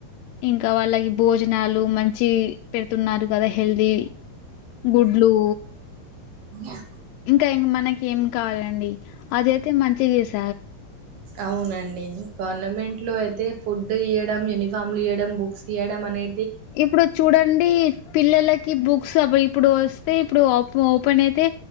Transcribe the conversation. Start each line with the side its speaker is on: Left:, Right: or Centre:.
Left: ఇంకా వాళ్ళకి భోజనాలు మంచి పెడుతున్నారు కదా హెల్దీ గుడ్లు
Right: అ
Left: ఇంకా మనకి ఏం కావాలండి అదయితే మంచిగా చేస్
Right: అవునండి గవర్నమెంట్ లో అయితే ఫుడ్ ఇయ్యడం యూనిఫామ్లు ఇయ్యడం బుక్స్ ఇయ్వడం అనే
Left: ఇప్పుడు చూడండి పిల్లలకి బుక్స్ ఇప్పుడు వస్తే ఇప్పుడు ఓపెన్ అయితే